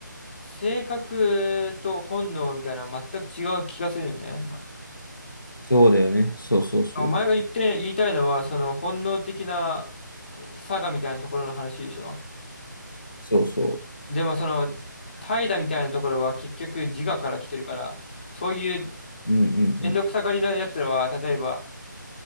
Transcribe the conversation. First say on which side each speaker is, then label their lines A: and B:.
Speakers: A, on the left; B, on the left.
A: 性格と本能みたいなのは全く違う気がするよね。ま
B: そうだよね。そうそうそう。
A: お前が言って、言いたいのは、その本能的なえ差がみたいなところの話でしょ。
B: そうそ
A: でもその、怠惰みたいなところは結局自我から来てるから、そういう
B: う。うんう
A: めんどくさがりなやつらは、
B: ん
A: 例えば、